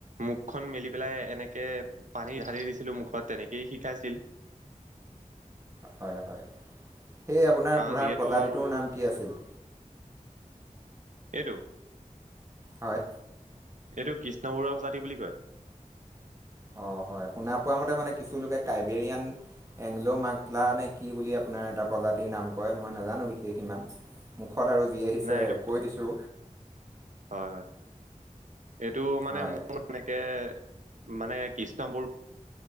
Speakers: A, on the right (about 65°); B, on the right (about 20°).
A: মোক মুখ খন মেলি পেলাই এনেকে পানী ঢালি দিছিলো মুখত তেনেকেই সি খাইছিল
B: হয় হয় সেই আপোনাৰ
A: কাৰণ
B: ঘোঁৰাৰ
A: যিহেতু
B: প্ৰজাতিটোৰ
A: আৰু
B: নাম কি আছিল
A: এইটো
B: হয়
A: এইটো কৃষ্ণপৰুৱা কাকতি বুলি কয়
B: অ হয় হয় শুনা পোৱা মতে মানে কিছুলোকে কাইবেৰিয়ান এংলো মাকলা নে কি বুলি আপোনাৰ এটা প্ৰজাতি নাম কয় মই নাজানো বিশেষ ইমান মুখত আৰু যি আহিছে
A: নাই এইটো
B: কৈ দিছো
A: হয় হয় এইটো মানে
B: হয়
A: মোৰ এনেকে, মানে কৃষ্ণবোৰ